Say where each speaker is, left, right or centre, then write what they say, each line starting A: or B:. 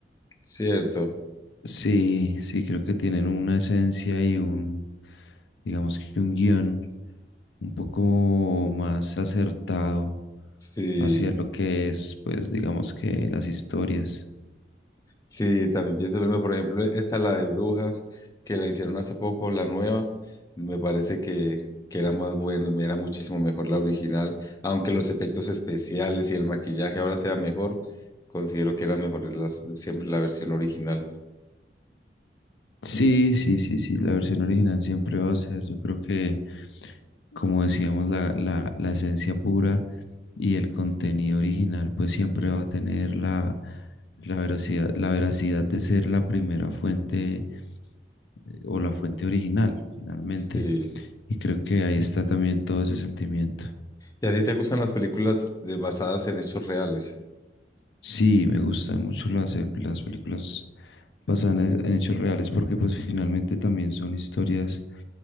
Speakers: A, on the left; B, on the left.
A: Cierto.
B: Sí, sí, creo que tienen una esencia y un, digamos que un guión un poco más acertado
A: Sí,
B: hacia lo que es, pues digamos que las historias.
A: sí, también pienso lo mismo. Por ejemplo, esta la de Brujas, que la hicieron hace poco, la nueva, me parece que, que era más buena, era muchísimo mejor la original. Aunque los efectos especiales y el maquillaje ahora sea mejor, considero que era mejor las, siempre la versión original.
B: Sí, sí, sí, sí, la versión original siempre va a ser, yo creo que, como decíamos, la, la, la esencia pura y el contenido original, pues siempre va a tener la, la veracidad, la veracidad de ser la primera fuente eh, o la fuente original, finalmente.
A: Sí.
B: Y creo que ahí está también todo ese sentimiento.
A: ¿Y a ti te gustan las películas de, basadas en hechos reales?
B: Sí, me gustan mucho las, eh, las películas basadas en, en hechos reales porque pues finalmente también son historias